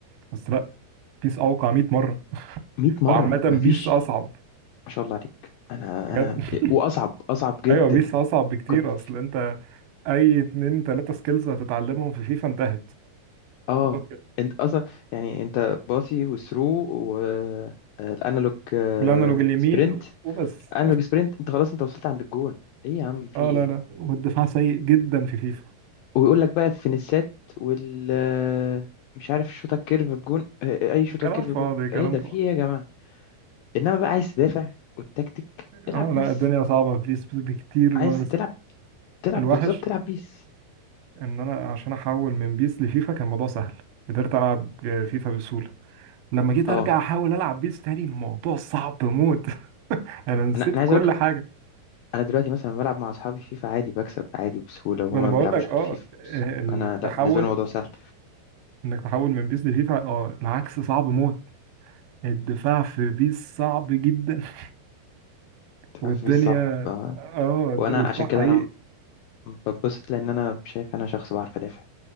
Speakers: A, on the right (about 70°); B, on the left (about 80°).
A: بس لا بيس اوقع 100 مره
B: 100 مرة
A: وعامه
B: مفيش
A: بيس اصعب
B: ما شاء الله عليك انا
A: بجد
B: انا واصعب اصعب
A: <laughs>
B: جدا
A: ايوه بيس اصعب بكتير
B: كنت
A: اصل انت اي اتنين تلاته سكيلز هتتعلمهم في فيفا انتهت
B: اه
A: خلاص كده
B: انت اصلا يعني انت باصي وثرو والانالوج
A: والانالوج اليمين
B: سبرنت
A: وبس
B: انالوج سبرنت انت خلاص انت وصلت عند الجون ايه يا
A: <laughs>
B: عم في
A: اه
B: ايه
A: لا لا والدفاع سيء جدا في فيفا
B: ويقول لك بقى فينيسات وال آه، مش عارف شوطه كيرف بجون آه، آه، اي شوطه
A: كلام
B: كيرف
A: فاضي
B: بجون
A: كلام
B: ايه ده
A: فاضي
B: في ايه يا جماعه انما بقى عايز تدافع والتكتيك العب
A: اه
B: بيس
A: لا الدنيا صعبة في بيس بكتير
B: عايز
A: بس
B: تلعب تلعب
A: الوحش
B: بالظبط تلعب بيس
A: ان انا عشان احول من بيس لفيفا كان الموضوع سهل قدرت العب فيفا بسهولة لما جيت ارجع
B: اه
A: احاول العب بيس تاني الموضوع صعب موت <laughs> انا نسيت
B: انا انا عايز
A: كل
B: اقول
A: حاجة
B: انا دلوقتي مثلا بلعب مع اصحابي فيفا عادي بكسب عادي وبسهوله وهما
A: ما انا بقول
B: ما بيلعبوش
A: لك اه
B: غير فيفا
A: آه،
B: بس
A: انك
B: انا لا
A: تحول
B: بالنسبه لي الموضوع سهل
A: انك تحول من بيس لفيفا اه العكس صعب موت الدفاع في بيس صعب جدا <laughs>
B: انت
A: والدنيا
B: فاهم في بيس صعب آه،
A: اه
B: وانا
A: د- والدفاع
B: عشان كده
A: حقيقي
B: انا بتبسط لان انا شايف انا شخص بعرف ادافع